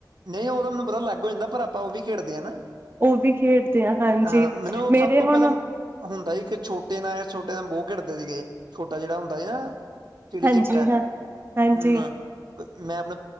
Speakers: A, on the right; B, on the right.
A: ਨਹੀਂ ਉਹ ਤਾਂ ਮੈਨੂੰ ਪਤਾ ਅਲੱਗ ਹੋ ਜਾਂਦਾ ਪਰ ਆਪਾਂ ਉਹ ਵੀ ਖੇਡਦੇ ਹਾਂ।
B: ਉਹ ਵੀ ਖੇਡਦੇ ਆ ਹਾਂਜੀ
A: ਹਾਂ ਮੈਨੂੰ
B: ਮੇਰੇ
A: ਸਭ ਤੋਂ
B: ਹੁਣ
A: ਪਹਿਲਾਂ ਹੁੰਦਾ ਸੀ ਕਿ ਛੋਟੇ ਨਾਲ ਜਾਂ ਛੋਟੇ ਨਾਲ। ਬਹੁਤ ਖੇਡਦੇ ਸੀਗੇ ਛੋਟਾ ਜਿਹੜਾ ਹੁੰਦਾ ਸੀ ਨਾ। ਚਿੜੀ
B: ਹਾਂਜੀ
A: ਛਿੱਕਾ
B: ਹਾਂ ਹਾਂਜੀ
A: ਹੁਣ ਮੈਂ ।